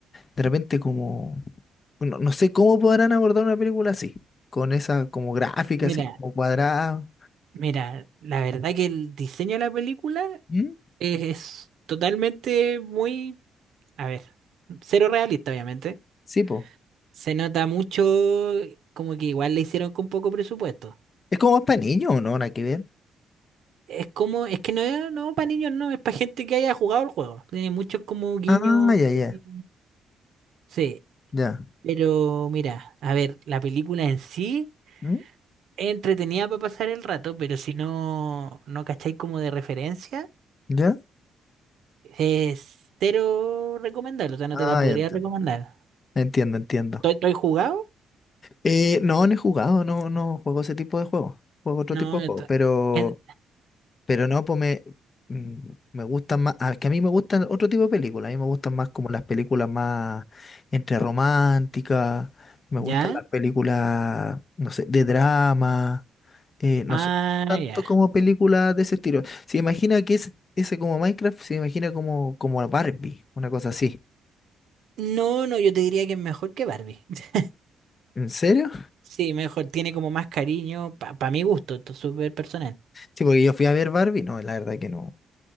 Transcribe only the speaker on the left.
de repente como, no, no sé cómo podrán abordar una película así, con esa como gráfica,
así como cuadrada.
¿Mm?
Sí, pues.
Es como más para niños, ¿no? Nada que ver.
Ah, ya, ya,
ya.
¿Mm?
¿Ya?
Ah,
ya entiendo.
Entiendo, entiendo.
Eh, no, no he jugado, no, no juego ese tipo de juegos. Juego otro
tipo de
juegos, pero,
pero no, pues me, mm, me gustan más. ah, Es que a mí me gustan otro tipo de películas. A mí me gustan más como las películas más entre románticas. Me
gustan las películas, no sé, de drama. eh, no
sé, tanto
como películas de ese estilo. Se imagina que ese, ese como Minecraft, se imagina como, como Barbie, una cosa así.
¿En serio?
Sí, porque yo fui a ver Barbie. No, la verdad que no.